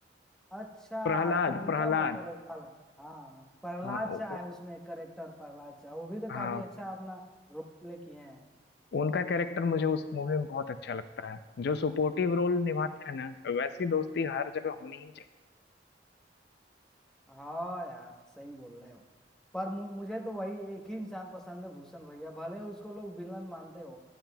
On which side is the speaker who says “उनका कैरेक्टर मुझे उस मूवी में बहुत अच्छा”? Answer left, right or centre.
Left